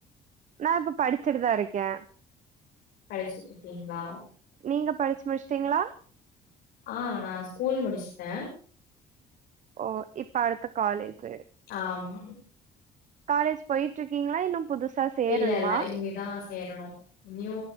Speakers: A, on the right (about 45°); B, on the left (about 85°).
A: நா இப்ப படிச்சிட்டுதா இருக்கே
B: படிச்சிட்ருக்கீங்ளா
A: நீங்க படிச்சி முடிச்சிட்டீங்ளா
B: ஆ நா ஸ்கூல் முடிச்சிட்டே
A: ஓ இப்ப அடுத்த காலேஜு
B: ஆமாமா
A: காலேஜ் போயிட்ருக்கீங்ளா இன்னு புதுசா சேரணுமா
B: இல்லல்ல இனிமே தா சேரணு இன்னியு